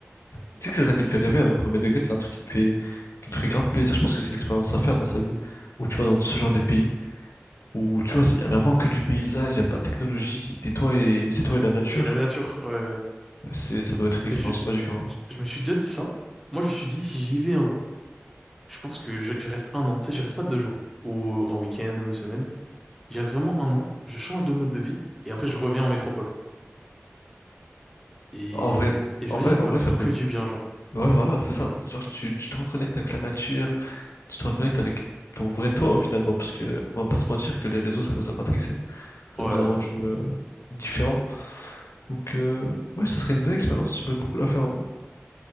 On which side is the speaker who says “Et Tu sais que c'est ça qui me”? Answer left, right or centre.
Left